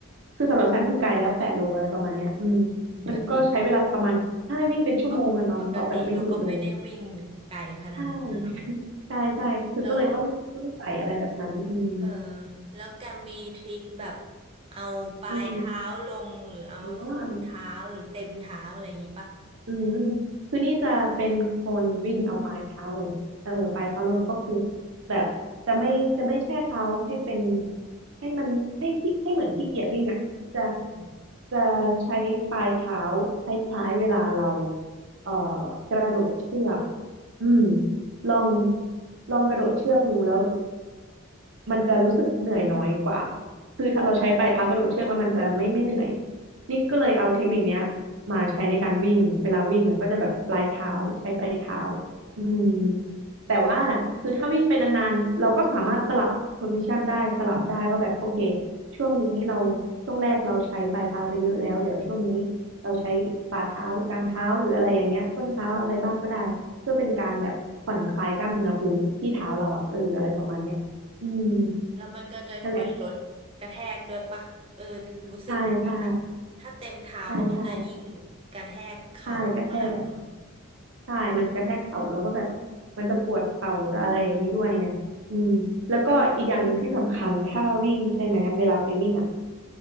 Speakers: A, on the right; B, on the right.
A: คือสำหรับฉันคือไกลแล้วแปดโลอะไรประมาณเนี้ยอืม
B: มก็จริง
A: มันก็ใช้เวลาประมาณใช่วิ่งเป็นชั่วโมงอะนอนสต็อปแบบไม่หยุดเลย
B: เพราะปกติเราก็ไม่ได้วิ่งไกลขนาดนั้นนะเนาะ
A: ใช่ใช่ใช่คือก็เลยต้องต้องใส่อะไรแบบนั้นอืม
B: แล้ว เออแล้วแกมีทริคแบบเอาปลายเท้าลงหรือเอาส้นเท้าหรือเต็มเท้าอะไรอย่างงี้ปะ
A: อืมอืมอ๋อ อืมคือนี่จะเป็นคนวิ่งเอาปลายเท้าลงเออปลายเท้าลงก็คือแบบจะไม่จะไม่แช่เท้าให้เป็นแบบให้มันให้ขี้ให้เหมือนขี้เกียจวิ่งอ่ะจะ
B: อืม
A: จะใช้ปลายเท้าคล้ายๆเวลาเราเอ่อกระโดดเชือกอืมลองลองกระโดดเชือกดูแล้ว มันจะรู้สึกเหนื่อยน้อยกว่า คือถ้าเราใช้ปลายเท้ากระโดดเชือกแล้วมันจะไม่ไม่เหนื่อย นี่ก็เลยเอาเทคนิคเนี้ยมาใช้ในการวิ่งเวลาวิ่งอะก็จะแบบปลายเท้าใช้ปลายเท้าอืมแต่ว่าคือถ้าวิ่งไปนานๆเราก็สามารถสลับโพซิชันได้สลับได้ว่าแบบโอเค
B: อ๋อ
A: ช่วงนี้เราช่วงแรกเราใช้ปลายเท้าไปเยอะแล้วเดี๋ยวช่วงนี้เราใช้ฝ่าเท้ากลางเท้าหรืออะไรอย่างเงี้ยต้นเท้าอะไรบ้างก็ได้เพื่อเป็นการแบบผ่อนคลายกล้ามเนื้อพื้นที่เท้าเราอ่ะเอออะไรประมาณเนี้ยอืม
B: แล้วมันก็จะช่วยลดกระแทกด้วยปะเออรู้สึกเหมือนกันนะ
A: นั่นแหละใช่ใช่
B: ถ้าเต็มเท้ามันก็จะยิ่ง
A: ใช่ใช่
B: กระแทกเข่ามากเนาะ
A: ใช่กระแทกใช่มันกระแทกเข่าแล้วก็แบบมันจะปวดเข่าจะอะไรอย่างนี้ด้วยไงอืมแล้วก็อีกอย่างหนึ่งที่สำคัญถ้าวิ่งใช่ไหมเวลาไปวิ่งอ่ะ